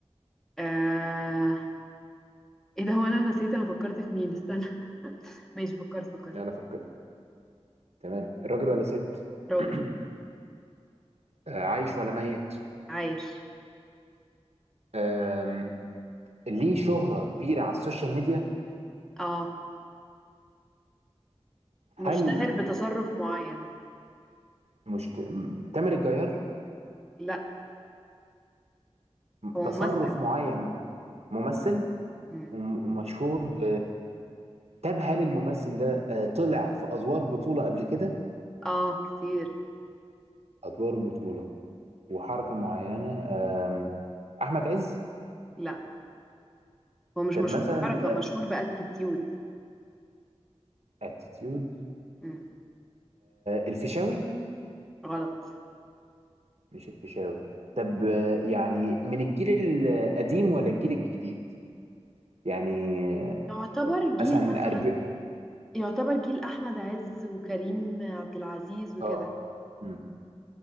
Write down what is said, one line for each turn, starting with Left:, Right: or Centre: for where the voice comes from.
Centre: آه... ايه ده هو انا نسيت انا فكرت في مين استنى <laughs> ماشي فكرت فكرت
Right: يلا فكر تمام راجل ولا ست
Centre: راجل
Right: <clears throat> آه عايش ولا ميت
Centre: عايش
Right: آم، ليه شهرة كبيرة على السوشيال ميديا
Centre: اه
Right: هل
Centre: مشتهر بتصرف معين
Right: المشت... م- تامر الجيار
Centre: لا هو
Right: تصرف
Centre: ممثل
Right: معين ممثل
Centre: مم.
Right: وم- ومشهور ب... طب هل الممثل ده آه، طلع في أدوار بطولة قبل كده؟
Centre: اه كتير
Right: أدوار بطولة وحركة معينة آم، أحمد عز
Centre: لا هو مش
Right: طب
Centre: مشهور
Right: مثلا
Centre: بحركة مشهور باتيتيود
Right: اتيتيود
Centre: مم.
Right: الفيشاوي
Centre: غلط
Right: مش الفيشاوي طب آه، يعني من الجيل القديم ولا الجيل الجديد يعني آه،
Centre: يعتبر جيل
Right: مثلا
Centre: مثلا
Right: أرب...
Centre: يعتبر جيل احمد عز وكريم عبد العزيز وكده
Right: اه مم.